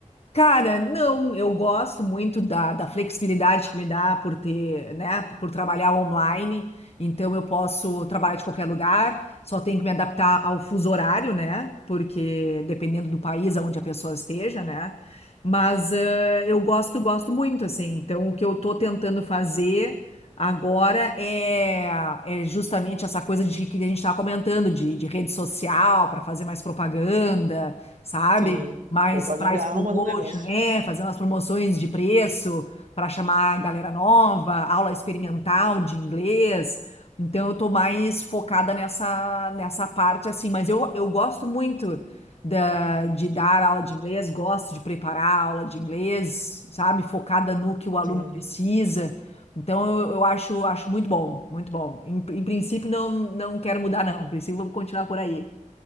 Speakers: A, on the left (about 50°); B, on the right (about 85°).
A: Cara, não, eu gosto muito da, da flexibilidade que me dá por ter, né, por trabalhar online, então eu posso trabalhar de qualquer lugar, só tenho que me adaptar ao fuso horário, né, porque dependendo do país aonde a pessoa esteja, né, mas eh, eu gosto, gosto muito, assim, então o que eu tô tentando fazer Agora é, é justamente essa coisa de que a gente estava comentando, de, de rede social para fazer mais propaganda, sabe?
B: Sim,
A: Mais
B: propaganda
A: price
B: é a
A: promotion,
B: alma do negócio.
A: é, fazer umas promoções de preço para chamar a galera nova, aula experimental de inglês. Então eu tô mais focada nessa, nessa parte assim, mas eu, eu gosto muito da, de dar aula de inglês, gosto de preparar aula de inglês, sabe? Focada no que o aluno
B: Sim,
A: precisa. Então eu, eu acho, acho muito bom, muito bom. Em, em princípio, não, não quero mudar, não. Em princípio, vamos continuar por aí.